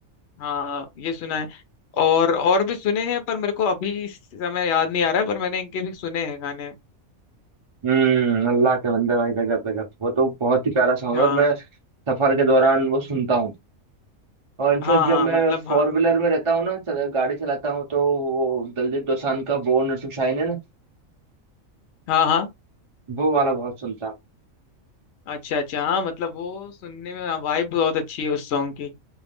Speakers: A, on the left; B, on the right.
A: हाँ ये सुना है और और भी सुने हैं पर मेरे को अभी इस समय याद नहीं आ रहा है पर मैंने इनके भी सुने हैं गाने
B: हम्म अल्लाह के बंदे भाई गजब गजब वो तो बहुत ही प्यारा सॉन्ग
A: हाँ
B: है और मैं सफर के दौरान वो सुनता हूँ और इनफेक्ट
A: हाँ
B: जब
A: हाँ
B: मैं
A: मतलब
B: फोर
A: हाँ
B: व्हीलर में रहता हूँ ना चल, गाड़ी चलाता हूँ तो वो दलजीत दोसांझ का बोर्न टू शाइन है ना
A: हाँ हाँ
B: वो वाला बहुत सुनता हूँ
A: अच्छा अच्छा हाँ मतलब वो सुनने में वाइब बहुत अच्छी है उस सॉन्ग की